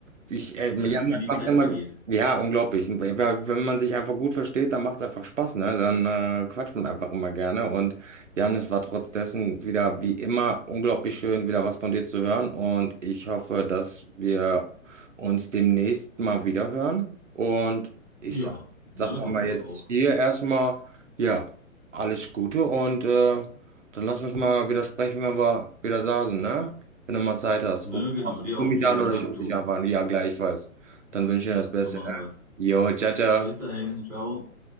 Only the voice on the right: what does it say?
ich, äh,
ja,
das
macht
immer,
ja, unglaublich. Wenn wenn man sich einfach gut versteht, dann macht es einfach Spaß, ne? Dann äh, quatscht man einfach immer gerne und Janis, war trotz dessen wieder wie immer unglaublich schön, wieder was von dir zu hören und ich hoffe, dass wir uns demnächst mal wieder hören und ich
sag,
sag dann
mal
jetzt
hier erstmal, ja, alles Gute und äh, dann lass uns mal wieder sprechen, wenn wir wieder saßen, ne? Wenn du mal Zeit hast,
ruf
ruf
mich
an oder
ich rufe
dich einfach an. Ja, gleichfalls. Dann wünsche ich dir das Beste,
ne?
Jo, ciao, ciao.